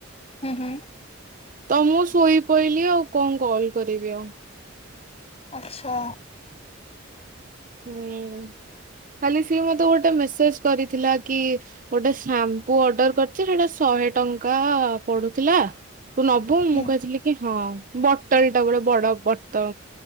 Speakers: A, on the left; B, on the right.
A: ହୁଁ ହୁଁ
B: ତମ ଶୋଇ ପଇଲି ଆଉ କଣ କରିପାରିବି ଆଉ
A: ଆଚ୍ଛା।
B: ହୁଁ କାଲି ସିଏ ମତେ ଗୋଟେ ମେସେଜ କରିଥିଲା କି ଗୋଟେ ସାମ୍ପୁ ଅର୍ଡର କରିଛି ସେଟା ଶହେ ଟଙ୍କା ପଡୁଥିଲା ତୁ ନବୁ
A: ହୁଁ
B: ମୁଁ କହିଥିଲି କି ହଁ ବଟଲ ଟା ଗୋଟେ ବଡ ବତ